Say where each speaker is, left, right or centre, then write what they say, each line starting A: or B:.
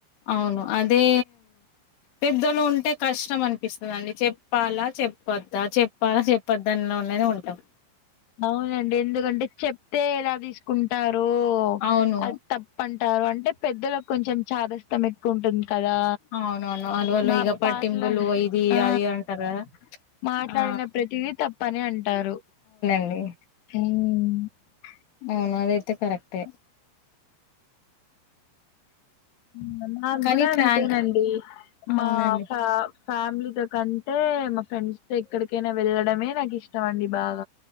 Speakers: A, on the left (about 80°); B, on the left (about 65°).
A: అవును. అదే, పెద్దలు ఉంటే కష్టం అనిపిస్తదండి, చెప్పాలా, చెప్పొద్దా, చెప్పాలా, చెప్పద్ద అన్నోనె నె ఉంటాం.
B: అవునండి. ఎందుకంటే చెప్తే ఎలా తీసుకుంటారో,
A: అవును
B: అది తప్పన్ టారో అంటే పెద్దలకు కొంచెం చాదస్తం ఎక్కువుంటుంది. కదా!
A: అవునవును వాళ్ళు వాళ్ళు
B: మా
A: ఇక పట్టింపులు
B: పాటల,
A: ఇది
B: ఆ,
A: అది అంటారు కదా
B: మాట్లాడిన
A: ఆ
B: ప్రతిదీ తప్పనే అంటారు.
A: డి
B: మ్
A: అవును అదైతే కరెక్టే.
B: మ్ నాక్కూడ
A: కానీ
B: అంతేనండి
A: ప్రాన్
B: మా
A: అవునండి
B: ఫా ఫ్యామిలీతో కంటే, మా ఫ్రెండ్స్ తో ఎక్కడికైనా వెళ్ళడమే నాకిష్టం అండి బాగ.